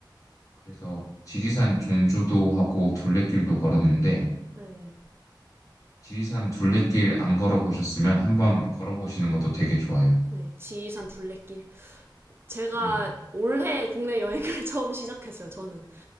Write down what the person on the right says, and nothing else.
네.
네. 지리산 둘레길. 제가
올해 국내 여행을 <laughs> 처음 시작했어요, 저는.